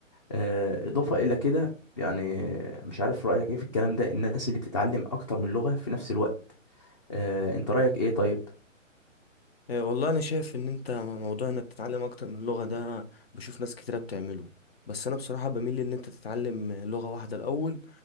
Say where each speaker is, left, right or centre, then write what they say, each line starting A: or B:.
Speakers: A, on the left (about 25°); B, on the left (about 50°).
A: آه، اضافه الى كده يعني مش عارف رايك ايه في الكلام ده الناس اللي بتتعلم اكتر من لغه في نفس الوقت آه، انت رايك ايه طيب
B: إيه والله انا شايف ان انت موضوع انك تتعلم اكتر من لغة ده بشوف ناس كتيرة بتعمله بس انا بصراحة بميل ان انت تتعلم لغة واحدة الاول